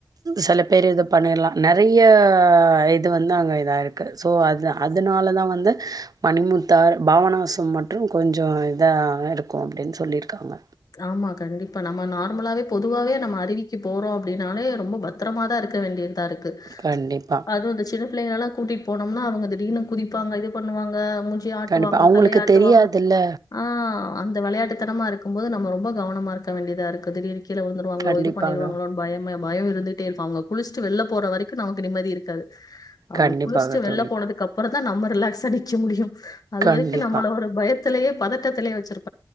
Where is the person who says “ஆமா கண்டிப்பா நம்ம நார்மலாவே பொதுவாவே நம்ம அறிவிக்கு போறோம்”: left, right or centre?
Left